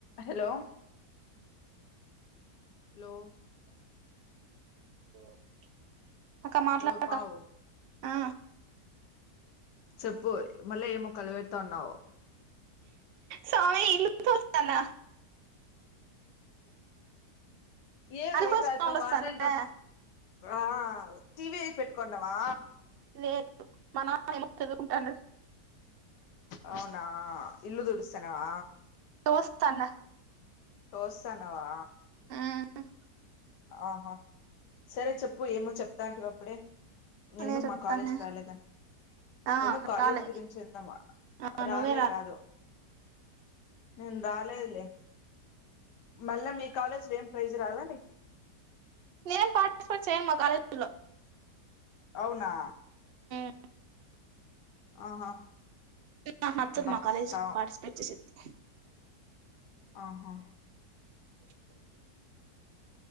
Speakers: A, on the left (about 80°); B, on the right (about 65°).
A: Hello hello
B: <inaudible> మాట్లాడక
A: hello పావు
B: ఆ
A: చెప్పు మళ్ళీ ఏం మొక్కలు పెడతా ఉన్నావు?
B: సామి ఇల్లు <unintelligible>
A: ఏమైంది
B: అది కూడా సౌండ్
A: ఆడితో
B: వస్తాందా
A: మాట్లాడేటప్పుడు ఆ టీవీ అయి పెట్టుకున్నావా
B: లేర్ మన వాళ్ళు ఏమో చదువుకుంటాండ్రు
A: అవునా ఇల్లు తుడుస్తునావా
B: తోస్తాందా
A: తోస్తానవా
B: హుమ్
A: ఆహా సరే చెప్పు ఏమో చెప్తా అంటేవి అప్పుడే ఎందుకు
B: నేను చెప్తాను
A: మా కాలేజి కి రాలేదని
B: ఆ
A: ఎందుకు కాలేజీ
B: రాలే
A: గురించి ఎందమా
B: ఆ
A: రాలే
B: నువ్వే
A: కాదు నేను రాలేదులే మళ్ళా మీ కాలేజీలో ఏం ప్రైజ్ రాలే
B: నేను పాటిస్పే చేయను మా కాలేజి లో లో
A: అవునా
B: అ
A: ఆహా
B: నాకు నచ్చదు
A: బస్సా
B: మా కాలేజీ పార్టిసిపేట్ చేసేది
A: ఆహా
B: కో